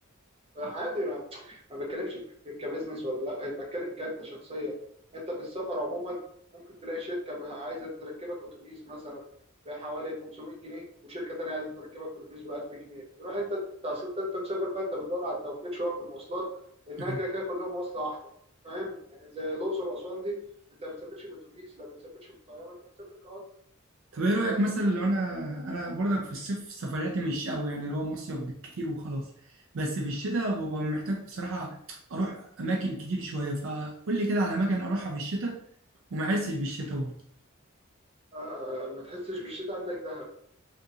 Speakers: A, on the right; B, on the right.
A: عادي ما, ما بتكلمش في كبزنس ولا لا إيه، بتكلم كأنت شخصيا انت في السفر عموما ممكن تلاقي شركة بها- عايزة تركبك اتوبيس مثلا بحوالي 500 جنيه وشركة تانية عايزة تركبك اتوبيس ب 1000 جنيه تروح انت انت اصل انت أنت مسافر بقى انت بتدور على التوفير شوية في المواصلات لانها
B: طيب.
A: كده كده كلها مواصلة واحدة فاهم يعني زي الاقصر واسوان دي انت ما بتسافرش باتوبيس لا بتسافرش بالطيارة انت بتسافر كقطر
B: طب ايه رأيك
A: مثلا
B: مثلا لو انا انا برضك في الصيف سفرياتي مش قوي يعني اللي هو مصيف بالكتير وخلاص بس في الشتاء ببقى محتاج بصراحة اروح اماكن كتير شوية فقول لي كده على اماكن اروحها في الشتاء وما احسش بالشتاء برضه
A: آه آه، ما تحسش بالشتاء عندك دهب